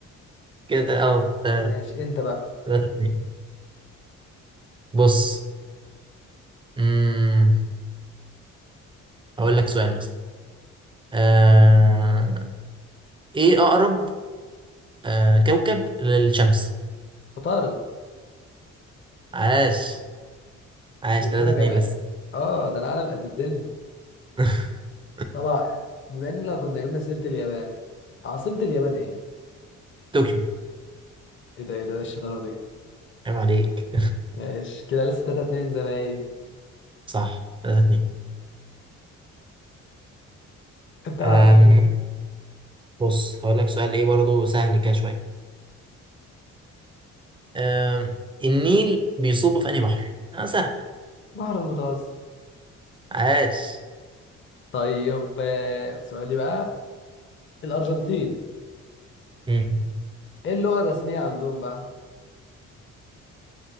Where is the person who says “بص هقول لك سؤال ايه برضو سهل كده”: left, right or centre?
Right